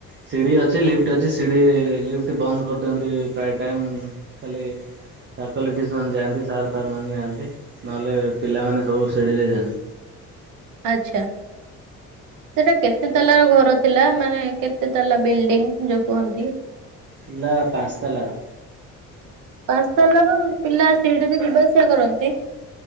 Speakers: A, on the right; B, on the right.
A: ସିଡ଼ି ଅଛି ଲିଫ୍ଟ ଅଛି ସିଡ଼ି ଲିଫ୍ଟ ବନ୍ଦ କରିଦିଅନ୍ତି ପ୍ରାୟ ଟାଇମ୍ ଖାଲି ଫ୍ୟାକଲ୍ଟିଜ ମାନେ ଯାଆନ୍ତି ସାର୍ ଫାର୍ ମାନେ ଯାଆନ୍ତି ନହେଲେ ପିଲାମାନେ ସବୁ ଶିଡି ରେ ଯାଆନ୍ତି।
B: ଆଚ୍ଛା। ସେଟା କେତେ ତାଲାର ଘର ଥିଲା ମାନେ କେତେ ତାଲା ବିଲ୍ଡିଙ୍ଗ ଯୋଉ କୁହନ୍ତି?
A: ଥିଲା ପାଞ୍ଚ ତାଲାର।
B: ପାଞ୍ଚତାଲା ରୁ ପିଲା ସିଡି ରେ ଯିବା ଆସିବା କରନ୍ତି?